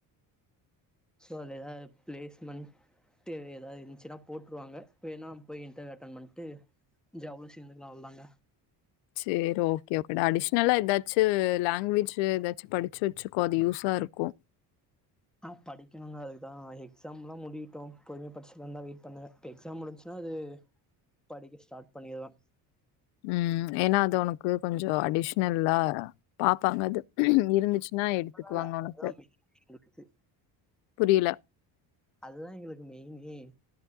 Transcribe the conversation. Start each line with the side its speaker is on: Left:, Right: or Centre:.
Centre: சோ அததுதா ப்ளேஸ்மென்ட் எதாவது இருந்துச்சுன்னா போட்டுருவாங்க இன்னா போய் இன்டர் அட்டன் பண்ணிட்டு <unintelligible> சேந்துலா வந்தாங்க
Left: சரி ஓகே ஓகேடா அடிஷனலா ஏதாச்சு லாங்குவேஜ் ஏதாச்சு படிச்சு வச்சுக்கோ அது யூஸா இருக்கு
Centre: அ படிக்கணுதா அதுதா எக்ஸாம் எலாம் முடியட்டு பொறுமயா படிச்சுக்கலாந்தா வெயிட் பண்ணுவே எக்ஸாம் முடிச்சுன்னா அது படிக்க ஸ்டார்ட் பண்ணிருவ
Left: ம் ஏன்னா அது உனக்கு கொஞ்சோ அடிஷ்னல்லா பாப்பாங்க அது இருந்துச்சுன்னா எடுத்துக்குவாங்க
Centre: பரவால்ல
Left: உனக்கு
Centre: அதுதான் மெயின் எங்களுக்கு
Left: புரியல
Centre: அதுதா எங்களுக்கு மெயினே